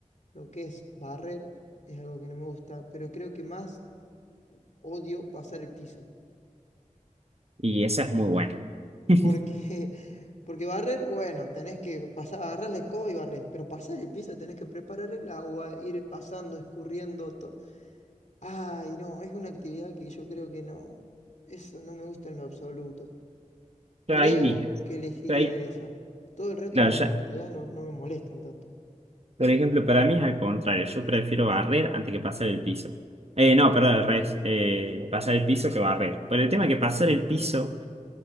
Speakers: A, on the left (about 65°); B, on the right (about 50°).
A: lo que es barrer es algo que no me gusta, pero creo que más odio pasar el piso,
B: Y esa es muy buena. <laughs>
A: porque, <laughs> porque barrer, bueno, tenés que pasar, agarrar la escoba y barrer, pero pasar el piso tenés que preparar el agua, ir pasando, escurriendo. to- Ay, no, es una actividad que yo creo que no, eso no me gusta en lo absoluto.
B: Ya
A: Creo
B: ahí, dije-
A: que elegiría
B: ya ahí-
A: esa. Todo el resto
B: claro,
A: de las
B: ya,
A: actividades no, no me molestan tanto.
B: Por ejemplo, para mí es al contrario. Yo prefiero barrer antes que pasar el piso. Eh, no, perdón, al revés. Eh, pasar el piso que barrer. Pero el tema es que pasar el piso